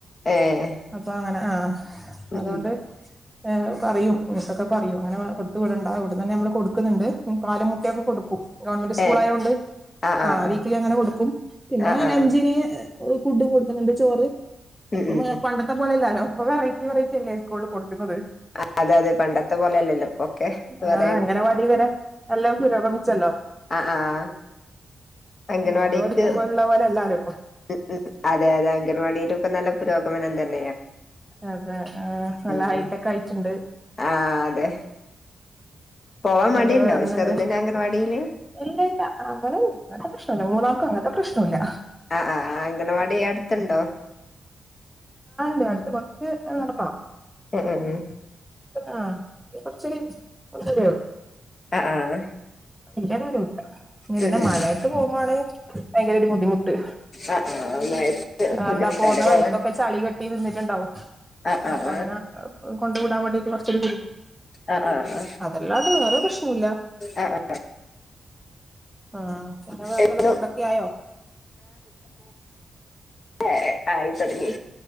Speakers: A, on the left; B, in the centre.
A: ഏഹ്
B: അപ്പൊ അങ്ങനെ ആഹ്
A: ഉം
B: അതുകൊണ്ട്
A: ഉം
B: ഏഹ് പറയും. ഇങ്ങത്തൊക്കെ പറയും അങ്ങനെ കൊടുത്ത വിടണ്ട ഇവിടന്ന് തന്നെ നമ്മള് കൊടുക്കണ്ട്. ഉം പാലും മുട്ടയൊക്കെ കൊടുക്കും ഗവൺമെന്റ് സ്കൂൾ
A: ഏഹ്
B: ആയത് കൊണ്ട്.
A: ആഹ്
B: ആ
A: ആഹ്
B: വീക്കലി അങ്ങനെ കൊടുക്കും പിന്നെ
A: ആഹ് ആഹ്
B: ലഞ്ചിന് ഓ ഫുഡും കൊടുക്കുന്നുണ്ട് ചോറ്
A: ഉം
B: അതിപ്പം
A: ഉം
B: പണ്ടത്തെ പോലെല്ലാരോ? ഇപ്പ വെറൈറ്റി വെറൈറ്റി അല്ലേ സ്കൂളള് കൊടുക്കുന്നത്.
A: ആ അതെ അതെ പണ്ടത്തെ പോലെയല്ലല്ലോ ഇപ്പൊക്കെ വേറെ.
B: ആഹ് അംഗനവാടി വരെ എല്ലാം പുരോഗമിച്ചല്ലോ.
A: ആഹ് ആഹ് അംഗൻവാടിക്ക്
B: നമ്മള് പഠിക്കുമ്പോലുള്ള പോലെ അല്ലാലോ ഇപ്പൊ.
A: ഉം ഉം അതെ അതെ അംഗൻവാടിയിലും ഇപ്പ നല്ല പുരോഗമനം തന്നെ.
B: അതെ ആഹ് നല്ല
A: ഉം
B: ഹൈടെക്ക് ആയിട്ടുണ്ട്.
A: ആഹ് അതെ പോവാൻ
B: പിന്നെ
A: മടിയുണ്ടോ
B: വേറെന്തുണ്ട്
A: ചെറുതിന് അംഗൻവാടിയില്.
B: ഇല്ല ഇല്ല അങ്ങനെ ഉം പ്രശ്നല്ല മൂന്നാക്കും അങ്ങത്തെ പ്രശ്നം ഇല്ല.
A: ആഹ് ആഹ് അംഗണവാടി അടുത്തുണ്ടോ?
B: ഇവിടടുത്ത് കുറച്ച് നടക്കണം.
A: ഉം ഉം ഉം
B: ആ കൊറച്ചെരു ഉള്ളെരിയാണ്.
A: ആഹ് ആഹ്
B: <unintelligible> വരൂല ഇങ്ങനെതന്നെ
A: ഉം ഉം
B: മഴത്ത്
A: ആഹ്
B: പോകുമ്പോണ് ഭയങ്കര ഒരു ബുദ്ധിമുട്ട്.
A: ആഹ് മഴയത്ത് ബുദ്ധിമുട്ടാല്ലേ
B: അവിടെ പോന്ന
A: പോവാൻ
B: വഴിക്കൊക്കെ ചളി കെട്ടി നിന്നിട്ടുണ്ടാവും.
A: ആഹ് ആഹ്
B: അപ്പൊ അങ്ങനെ കൊണ്ട് വിടാൻ വേണ്ടീട്ട് കൊറച്ചൊരു ബുദ്ധിമുട്ട്
A: ആഹ് ആഹ് ആഹ്
B: അതല്ലാണ്ട് വേറെ പ്രശ്നുല്ല
A: ആഹ് ആഹ്
B: ആ പറ വേറെ
A: എന്നും
B: നല്ല ഫുഡോക്കെ ആയോ
A: ഏ ആയി തുടങ്ങി